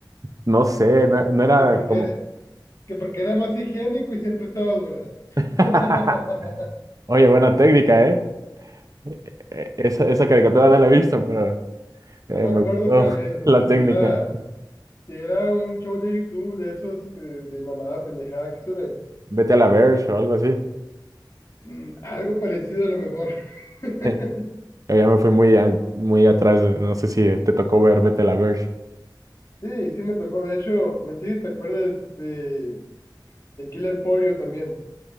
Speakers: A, on the right; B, on the left.
A: No sé, no,
B: <laughs>
A: no era
B: que porque,
A: como...
B: que porque era más higiénico y siempre estaba dura.
A: <laughs>
B: <laughs>
A: Oye, buena técnica, ¿eh? E- e- Esa, esa caricatura no la he visto, pero eh,
B: No me
A: me
B: acuerdo
A: gustó
B: cuál es,
A: <laughs>
B: o
A: la
B: sea,
A: técnica.
B: si era, si era un show de YouTube de esos eh, de mamada pendejada que suben.
A: Vete a la Verge o algo así.
B: Mm, algo parecido a lo mejor. <laughs>
A: <laughs> Yo ya me fui muy, an- muy atrás. No sé si te tocó ver Vete a la Verge.
B: Sí, sí me tocó. De hecho, no sé si te acuerdas de, de Killer Pollo también.